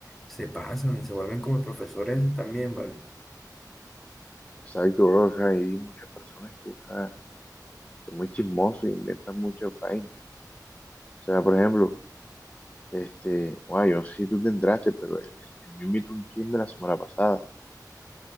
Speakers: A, in the centre; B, on the left.
A: se pasan, se vuelven como profesores también, ¿vale?
B: exacto, bro. O sea, hay muchas personas que, o sea, son muy chismosos e inventan muchas vainas. O sea, por ejemplo, este, bueno, yo no sé si tú te entraste, pero él, él- él me invitó un chisme la semana pasada.